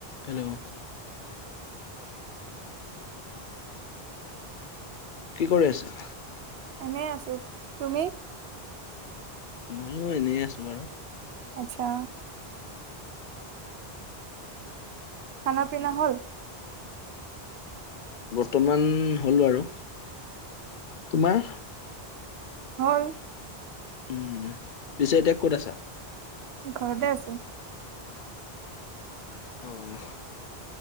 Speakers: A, on the left (about 60°); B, on the right (about 80°).
A: Hello. কি কৰি আছা।
B: এনেই আছো তুমি।
A: ময়ো এনেই আছো বাৰু।
B: আচ্ছা। খানা-পিনা হ'ল।
A: বৰ্তমান হ'ল বাৰু তোমাৰ।
B: হ'ল।
A: উম পিছে এতিয়া ক'ত আছা।
B: ঘৰতে আছো
A: অহ।